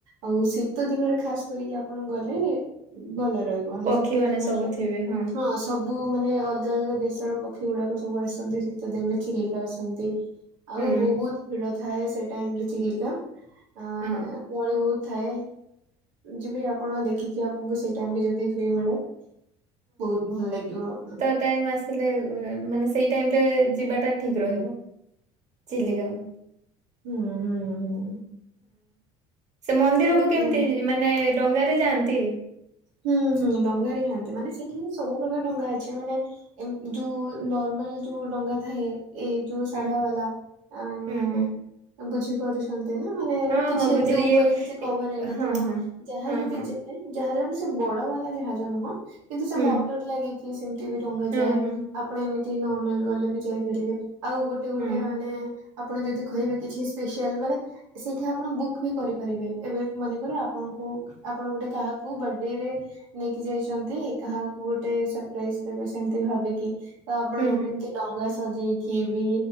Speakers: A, on the right (about 85°); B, on the right (about 50°).
A: ଆଉ ଶୀତ ଦିନରେ ଖାସ କରିକି ଆପଣ ଗଲେ ଭଲ ରହିବ।
B: ପକ୍ଷୀ
A: <unintelligible>
B: ମାନେ ସବୁ ଥିବେ ହଁ।
A: ସବୁ ମାନେ ଅଲଗା ଅଲଗା ଦେଶର ପକ୍ଷୀ ଗୁଡ଼ା କ ସବୁ ଆସନ୍ତି ଶୀତ ଦିନରେ ଚିଲିକା ଆସନ୍ତି। ଆଉ
B: ହୁଁ
A: ବହୁତ ଭିଡ଼ ଥାଏ ସେ ଟାଇମ୍ ରେ ଚିଲିକା। <unintelligible>
B: ହଁ
A: ଗଳି ବହୁତ ଥାଏ। ଯିବେ ଆପଣ ଦେଖିଛି ଆପଣଙ୍କୁ ସେଇ ଟାଇମ୍ ରେ ଯଦି ଫ୍ରୀ ମିଳେ। ବହୁତ ଭଲ ଲାଗିବ ଆପଣଙ୍କୁ।
B: ଟାଇମ୍ ଆସିଲେ ମାନେ ସେଇ ଟାଇମ୍ ରେ ଯିବାଟା ଠିକ୍ ରହିବ ଚିଲ୍ଲିକା।
A: ହୁଁ ହୁଁ ହୁଁ।
B: ସେ ମନ୍ଦିରକୁ
A: ହୁଁ ବହୁତ
B: କେମିତି ମାନେ ଡଙ୍ଗାରେ ଯାଆନ୍ତି?
A: ହୁଁ ହୁଁ ଡଙ୍ଗାରେ ଯାଆନ୍ତି ମାନେ ସେଠି ହି ସବୁ ପ୍ର୍ରକାର ଡଙ୍ଗା ଅଛି ମାନେ ଏ ଯୋଉ ନର୍ମାଲ ଯୋଉ ଡଙ୍ଗା ଥାଏ ଏଇ ଯଉ ସାଧା
B: ହୁଁ
A: ବାଲା ମାନେ
B: ହୁଁ ହୁଁ
A: ବୁଝି ପାରୁଛନ୍ତି ନା ମାନେ
B: ହଁ
A: କିଛି
B: ହଁ
A: ଏମିତି
B: ବୁଝିଲି
A: ଉପରେ
B: ଇଏ
A: କିଛି କଭର
B: ଇ-
A: ହେଇନଥିବ
B: ହଁ ହଁ।
A: ଯାହାଜ
B: ହଁ ହଁ
A: ବି ଯାଏ ଜାହାଜ ମାନେ ବଡ ବାଲା ଯାହାଜ ନୁହଁ କିନ୍ତୁ ସେ
B: ହୁଁ
A: ମଟର ଲାଗିକି ସେମିତି ବି ଡଙ୍ଗାାଯାଏ
B: ହଁ ହଁ
A: ଆପଣ ଏମିତି ନର୍ମାଲ ଗଲେ ବି ଯାଇପାରିବେ ଆଉ ଗୋଟେ ଗୋଟେ
B: ହଁ
A: ମାନେ ଆପଣ ଯଦି କହିବେ କିଛି ସ୍ପସିଆଲ ମାନେ ସେଇଠି ଆପଣ ବୁକ୍ ବି କରିପାରିବେ ଏବେ ମନେକର ଆପଣଙ୍କୁ ଆପଣ ଗୋଟେ କାହାକୁ ବଡେ ରେ ନେଇକି ଯାଇଛନ୍ତି କାହାକୁ ଗୋଟେ ସପ୍ରାଇଯ ଦେବେ ସେମିତି ଭାବିକି ତ ଆପଣ
B: ହୁଁ
A: ଗୋଟେ
B: ହୁଁ
A: ଡଙ୍ଗା ସଜେଇକି ବି